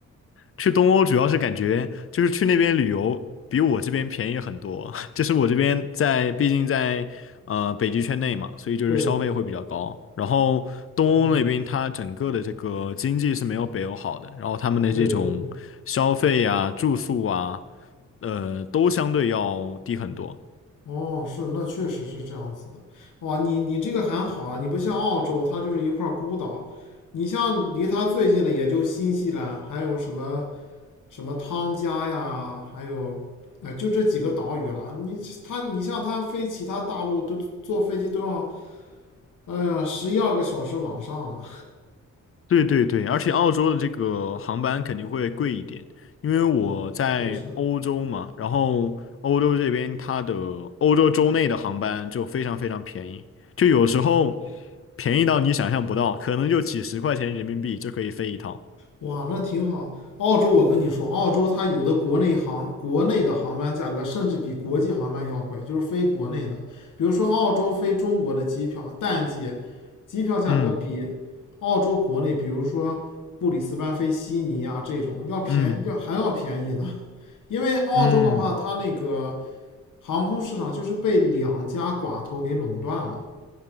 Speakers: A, on the left (about 45°); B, on the left (about 90°).
A: 去东欧主要是感觉就是去那边旅游比我这边便宜很多，<laughs> 就是我这边在毕竟在呃北极圈内嘛，所以就是消费会比较高。
B: 对，
A: 然后东欧那边它整个的这个经济是没有北欧好的，
B: 嗯，
A: 然后他们的这种消费啊、
B: 对对对。
A: 住宿啊，呃，都相对要低很多。
B: 哦，是，那确实是这样子的。哇，你你这个还好啊，你不像澳洲，它就是一块孤岛。你像离它最近的也就新西兰，还有什么什么汤加呀，还有，呃，就这几个岛屿了。你它，你像它飞其他大陆都坐飞机都要，哎呀，十一二个小时往上了。
A: 对对对，而且澳洲的这个航班肯定会贵一点，因为我在欧洲嘛，
B: <laughs> 嗯，确实。
A: 然后欧洲这边它的欧洲州内的航班就非常非常便宜，就有时候便宜到你想象不到，可能就几十块钱人民币就可以飞一趟。
B: 哇，那挺好。澳洲，我跟你说，澳洲它有的国内航国内的航班价格甚至比国际航班要贵，就是飞国内的。比如说澳洲飞中国的机票，淡季机票价格比
A: 嗯
B: 澳洲国内，比如说布里斯班飞悉尼啊这种要便要还要便宜的，
A: 嗯
B: <laughs> 因为澳洲的话，
A: 嗯，
B: 它那个航空市场就是被两家寡头给垄断了，